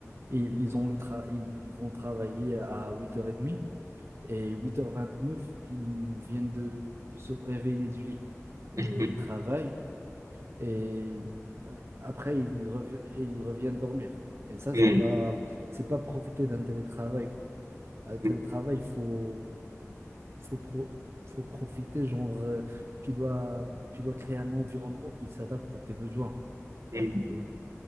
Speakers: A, on the right; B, on the right.
A: Ils, ils ont le tra- ils vont travailler à 8h30. Et huit heures vingt-neuf ils viennent de, de se réveiller du lit
B: <laughs>
A: et ils travaillent. Et euh, après, ils, rev- ils reviennent dormir. Et ça,
B: Mm.
A: c'est pas, c'est pas profiter d'un télétravail, quoi. Un télétravail,
B: Mm.
A: il faut, faut, pro- faut profiter, genre, euh, tu dois, tu dois créer un environnement qui s'adapte à tes besoins.
B: Mm.
A: Et,